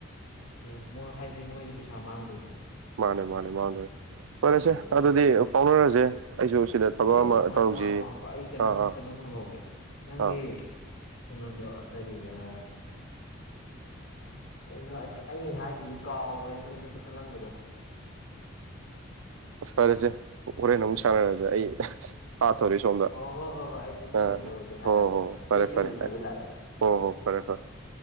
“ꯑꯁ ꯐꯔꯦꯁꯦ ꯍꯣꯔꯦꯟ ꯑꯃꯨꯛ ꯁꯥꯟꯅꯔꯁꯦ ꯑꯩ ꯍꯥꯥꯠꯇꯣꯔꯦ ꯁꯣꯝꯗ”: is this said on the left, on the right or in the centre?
Right